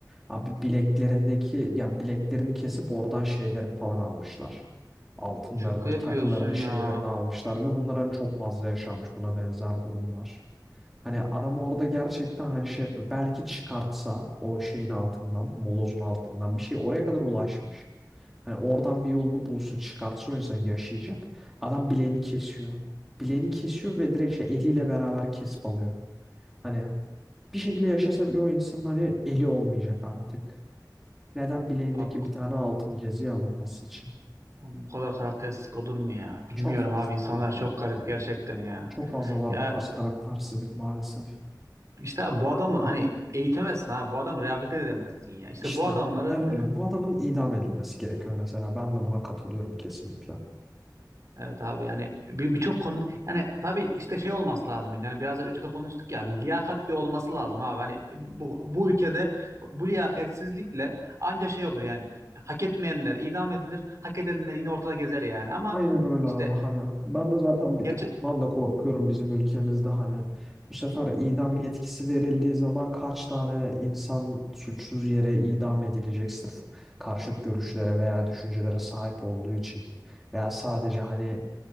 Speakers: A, in the centre; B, on the right (about 45°).
A: Abi bileklerindeki yani bileklerini kesip oradan şeylerini falan almışlar. Altınlarını,
B: Şaka yapıyorsun
A: takılarını, şeylerini
B: ya.
A: almışlar ve bunlar hani çok fazla yaşanmış buna benzer durumlar. Hani adam orada gerçekten hani şey yapıyor. Belki çıkartsa o şeyin altından, molozun altından bir şey oraya kadar ulaşmış. Hani oradan bir yolunu bulsa, çıkartsa o insan yaşayacak. Adam bileğini kesiyor. Bileğini kesiyor ve direkt şey eliyle beraber kesip alıyor. Hani bir şekilde yaşasa bile o insan hani eli olmayacak artık. Neden bileğindeki
B: Abi,
A: bir tane altın bileziği alınması için?
B: Oğlum, Bu kadar karakteristik olur mu ya? Bilmiyorum
A: Çok fazla
B: abi insanlar
A: var abi.
B: çok garip
A: Yani
B: gerçekten ya.
A: çok fazla var
B: Ya
A: bu tarz karaktersizlik maalesef.
B: işte abi bu adamı hani eğitemezsin abi. Bu adamı rehabilite de edemezsin ya. İşte
A: İşte
B: bu adamları
A: aynen öyle. Bu adamın idam edilmesi gerekiyor mesela. Ben de buna katılıyorum kesinlikle.
B: evet abi yani bir- birçok konu hani tabii işte şey olması lazım. Yani biraz önce de konuştuk ya bir liyakat bir olması lazım abi. Hani bu, bu ülkede bu liyakatsizlikle anca şey olur yani. Hak etmeyenler idam edilir. Hak edenler yine ortada gezer yani ama
A: Aynen öyle
B: işte
A: abi hani ben de zaten bir
B: gerçek
A: tık ondan da korkuyorum bizim ülkemizde hani bu sefer idam yetkisi verildiği zaman kaç tane insan suçsuz yere idam edilecek sırf karşıt görüşlere veya düşüncelere sahip olduğu için veya sadece hani